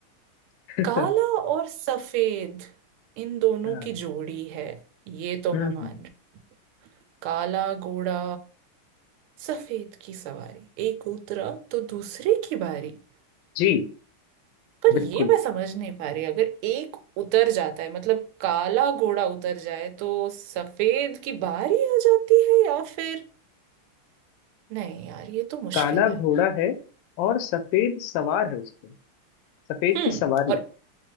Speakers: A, on the left; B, on the right.
A: <laughs>
B: काला और सफेद इन दोनों
A: हाँ
B: की जोड़ी है ये तो
A: हम्म
B: मैं मान
A: हम्म।
B: रही काला घोड़ा सफेद की सवारी एक उतरा तो दूसरे की बारी
A: जी
B: पर
A: बिल्कुल
B: ये मैं समझ नहीं पा रही अगर एक उतर जाता है मतलब काला घोड़ा उतर जाए तो सफेद की बारी आ जाती है या फिर नहीं यार ये तो मुश्किल
A: काला
B: है
A: घोड़ा है और सफेद सवार है उस पे सफेद
B: हम्म
A: की सवारी
B: और